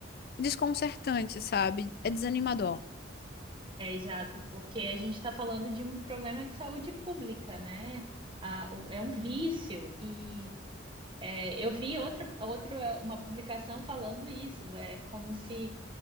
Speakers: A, on the left (about 50°); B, on the right (about 25°).
A: desconcertante, sabe? É desanimador.
B: É exato, porque a gente está falando de um problema de saúde pública, né? A- o- é um vício e é, eu vi outra, outra uma publicação falando isso, é como se